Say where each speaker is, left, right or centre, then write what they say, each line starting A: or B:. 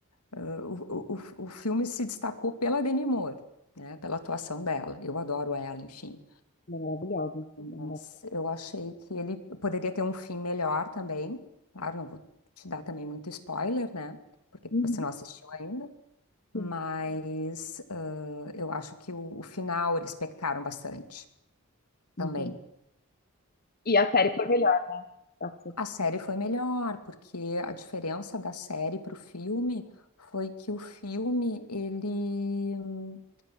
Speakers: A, on the left; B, on the left.
A: ah, o, o, o filme se destacou pela Demi Moore, né? Pela atuação dela. Eu adoro ela, enfim.
B: Ela é maravilhosa.
A: Mas
B: Ela é mara-
A: eu achei que ele poderia ter um fim melhor também. Claro, não vou te dar também muito spoiler, né? Porque
B: Uhum,
A: você não assistiu ainda. Mas
B: sim,
A: ah, eu acho que o, o final eles pecaram bastante também.
B: entendi. E a série foi melhor. tá certo.
A: A série foi melhor, porque a diferença da série para o filme foi que o filme, ele, hum,